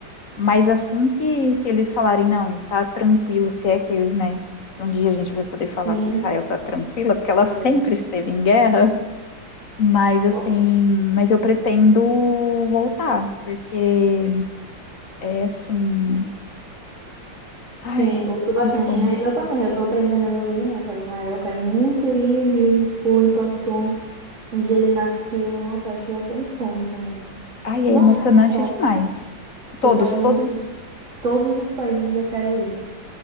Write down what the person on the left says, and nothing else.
Mas assim que, que eles falarem, não, tá tranquilo, se é que, né, um dia a gente vai poder falar
que Israel tá tranquila, porque ela
sempre esteve em guerra, mas assim,
mas eu pretendo voltar, porque é assim, ai,
muito bom.
Ai, é
emocionante
demais. Todos,
todos,